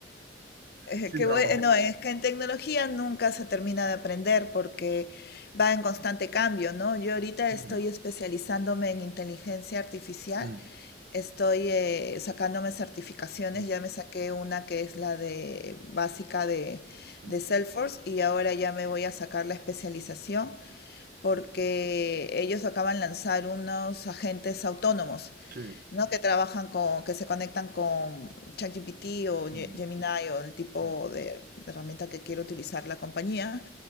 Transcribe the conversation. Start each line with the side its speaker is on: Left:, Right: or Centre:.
Left: Eh,
Right: sin
Left: Qué
Right: trabajo.
Left: bue- no, es que en tecnología nunca se termina de aprender porque va en constante cambio, ¿no? Yo ahorita
Right: Mm,
Left: estoy especializándome en inteligencia artificial,
Right: mm,
Left: estoy eh, sacándome certificaciones,
Right: mm,
Left: ya me saqué una que es la de básica de,
Right: mm,
Left: de Salesforce y ahora ya me voy a sacar la especialización
Right: mm.
Left: porque ellos acaban de lanzar unos agentes autónomos,
Right: Sí,
Left: ¿no? Que trabajan con, que se conectan con ChatGPT o
Right: mm,
Left: Ge- Gemini o el tipo
Right: sí,
Left: de herramienta que quiere utilizar la compañía.